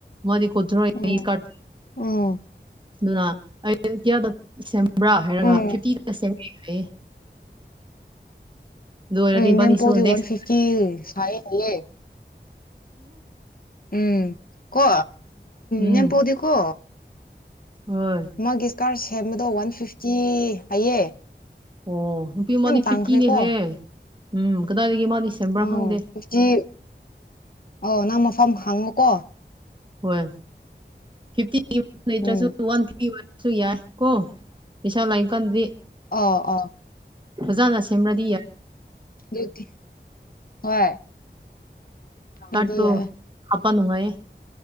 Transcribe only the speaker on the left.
ꯎꯝ
ꯎꯝ
ꯎꯝ
ꯎꯝ ꯅꯦꯝꯄꯣꯛꯗꯤ
ꯋꯥꯟ ꯐꯤꯐꯇꯤ ꯁꯥꯏꯌꯦ ꯍꯥꯏꯌꯦ ꯎꯝ ꯀꯣ
ꯅꯦꯝꯄꯗꯤ ꯀꯣ
ꯃꯥꯒꯤ ꯏꯁꯀꯥꯔꯠ ꯁꯦꯝꯕꯗꯣ ꯋꯥꯟ ꯐꯤꯐꯇꯤ ꯍꯥꯏꯌꯦ
ꯌꯥꯝ ꯇꯥꯡꯈ꯭ꯔꯦꯀꯣ
ꯑꯣ
ꯍꯧꯖꯤꯛꯇꯤ ꯑꯣ ꯅ ꯃꯐꯝ ꯍꯥꯡꯉꯨꯀꯣ
ꯎꯝ
ꯑꯣ ꯑꯣ
ꯣꯇ ꯍ
ꯏꯗꯤ ꯌꯥ